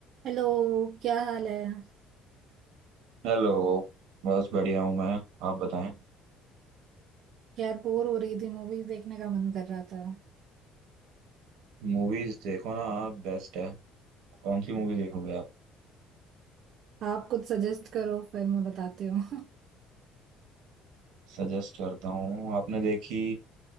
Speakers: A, on the right; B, on the right.
A: Hello क्या हाल है
B: हेलो बस बढ़िया हूँ मैं आप बताएं
A: यार बोर हो रही थी मूवीज देखने का मन कर रहा था
B: मूवीज देखो ना आप बेस्ट है कौन सी मूवी देखोगे आप
A: आप कुछ सजेस्ट करो फिर मैं बताती हूँ <laughs>
B: सजेस्ट करता हूँ आपने देखी